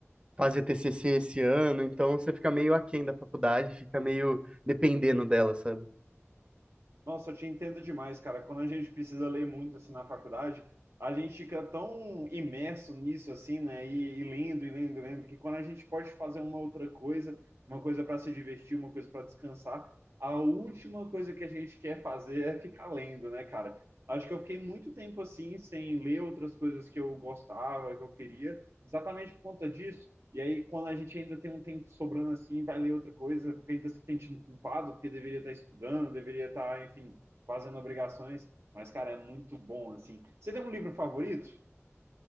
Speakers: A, on the right; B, on the right.
A: fazer TCC esse ano, então você fica meio aquém da faculdade, fica meio dependendo dela, sabe?
B: Nossa, eu te entendo demais, cara. Quando a gente precisa ler muito assim na faculdade, a gente fica tão imerso nisso assim, né? E, e lendo, e lendo, e lendo, que quando a gente pode fazer uma outra coisa, uma coisa para se divertir, uma coisa para descansar, a última coisa que a gente quer fazer é ficar lendo, né, cara? Acho que eu fiquei muito tempo assim sem ler outras coisas que eu gostava, que eu queria, exatamente por conta disso. E aí, quando a gente ainda tem um tempo sobrando assim, vai ler outra coisa, porque ainda se sentindo culpado, porque deveria estar estudando, deveria estar, enfim, fazendo obrigações. Mas, cara, é muito bom, assim. Você tem um livro favorito?